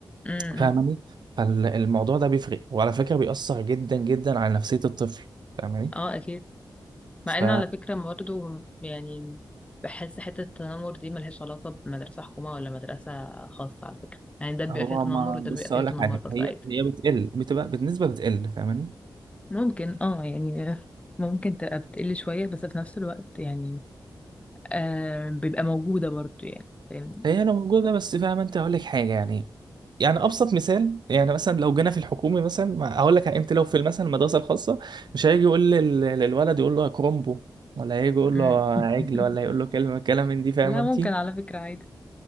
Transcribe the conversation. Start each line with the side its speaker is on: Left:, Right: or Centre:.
Left: امم
Right: فاهماني فالموضوع ده بيفرق وعلى فكرة بيأثر جدا جدا على نفسية الطفل فاهماني
Left: اه اكيد مع
Right: ف
Left: ان على فكرة برضه يعني بحس حتة التنمر دي ملهاش علاقة بمدرسة حكومة ولا مدرسة خاصة على فكرة يعني ده بيبقى
Right: هو
Left: فيها تنمر
Right: ما
Left: وده بيبقى
Right: بص اقول
Left: فيها تنمر
Right: لك حاجه
Left: برضه
Right: هي
Left: عادي
Right: هي بتقل بتبقى بالنسبه بتقل فاهماني
Left: ممكن اه يعني ممكن تبقى بتقل شوية بس في نفس الوقت يعني آه بيبقى موجودة برضو يعني فاهمني
Right: هي لو موجوده بس فاهمه انت هقول لك حاجه يعني يعني ابسط مثال يعني مثلا لو جينا في الحكومي مثلا ما- هقول لك انت لو في مثلا المدرسه الخاصه مش هيجي يقول لل- للولد يقول له يا كرومبو ولا هيجي يقول
Left: مم.
Right: له يا
Left: <laughs>
Right: عجل ولا يقول له كلمه كلام من دي فاهمه
Left: لا
Right: انت
Left: ممكن على فكرة عادي